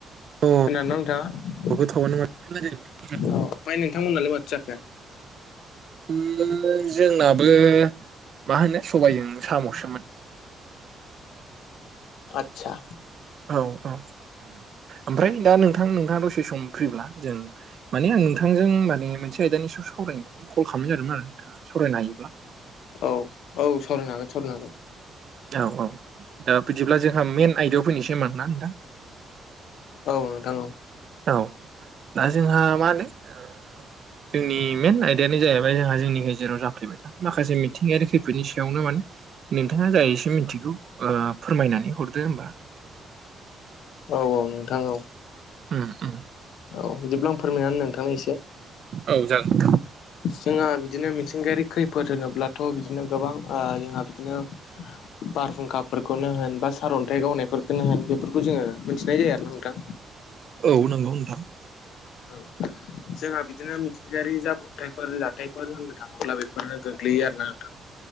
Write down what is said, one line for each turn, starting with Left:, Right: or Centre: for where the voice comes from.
Right: औ
Left: खोनादोंना नोंथांङा?
Right: <unintelligible> <inaudible>
Left: ओमफ्राय नोंथांमोनालाय माथो जाखो?
Right: ओ जोंनाबो मा होनो सबायजों सामसोमोन।
Left: आतसा।
Right: औ-औ ओमफ्राय दा नोंथां नोंथाङा दसे सम फ्रिब्ला जों माने आं नोंथांजों माने मोनसे आयदानि सायाव सावरायनानै कल खालामनाय जादोंमोन आरो नोंथाङा सावरायनो हायोब्ला?
Left: औ-औ सावरायनो हागोन-सावरायनो हागोन।
Right: औ-औ दा बिदिब्ला जोंहा मेन आइडायाव फैनोसै होनबा ना नोंथां।
Left: औ नोंथां औ
Right: औ दा जोंहा मा होनो ओ जोंनि मेन आयदायानो जाहैबाय जोंहा जोंनि गेजेराव जाफेबाय थानाय। माखासे मिथिंगायारि खैफोदनि सायावनो माने नोंथाङा जाय एसे मिथिगौ फोरमायनानै हरदो होमबा?
Left: औ-औ नोंथां औ
Right: उम-उम
Left: औ बिदिब्ला फोरमायना होनो नोंथांनो एसे।
Right: औ जागोन
Left: जोंहा बिदिनो मिथिंगायारि खैफोद होनोब्लाथ बिदिनो गोबां ओ जोंहा बिदिनो बारहुंखाफोरखौनो होन बा सारन्थाइ गावनायफोरखौनो होन बेफोरखौ जोङो मिथिनाय जायो आरोना नोंथां।
Right: औ नंगौ नोंथां।
Left: औ जोंहा बिदिनो मिथिंगायारि जाब्रबथायफोर जाथायफोर होननो थाङोब्ला बेफोरनो गोग्लैयो आरो ना नोंथां।